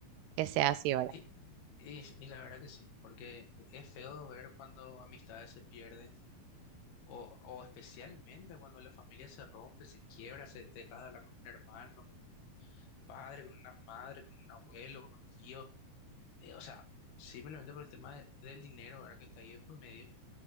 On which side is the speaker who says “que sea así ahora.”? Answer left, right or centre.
Right